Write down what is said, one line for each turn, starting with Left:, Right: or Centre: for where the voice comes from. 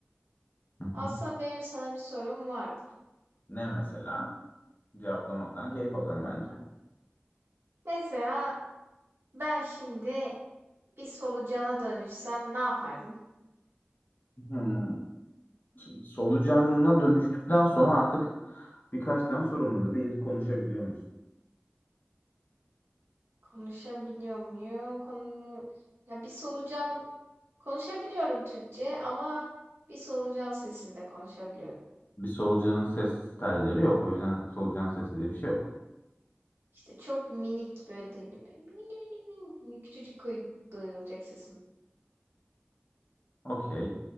Left: Hı hı.
Right: Aslında benim sana bir sorum vardı.
Left: Ne mesela? Cevaplamaktan keyif alırım bence.
Right: Mesela ben şimdi bir solucana dönüşsem ne yapardım?
Left: Hmm. Şimdi solucanına dönüştükten sonra artık birkaç tane sorumluluğu bir konuşabiliyor musun?
Right: Konuşabiliyor muyum? Konu ya bir solucan konuşabiliyorum Türkçe ama bir solucan sesinde konuşabiliyorum.
Left: Bir solucanın ses telleri yok. O yüzden solucan sesi diye bir şey yok.
Right: İşte çok minik böyle duyuluyor. Mini mini mini mini küçücük kuy- duyulacak sesim.
Left: Okey.